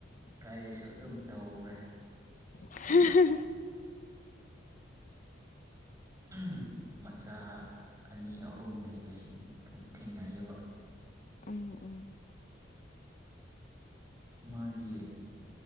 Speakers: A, on the right; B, on the left.
A: ꯏꯀꯥꯏꯔꯁꯨ ꯑꯗꯨꯝ ꯇꯧꯔꯦ
B: <inaudible>
A: ꯎꯝ ꯃꯆꯥ ꯑꯅꯤ ꯑꯍꯨꯝ ꯂꯩꯕꯁꯤꯡ ꯊꯨꯝꯊꯤꯅꯩꯕ
B: ꯎꯝ ꯎꯝ
A: ꯃꯥꯒꯤ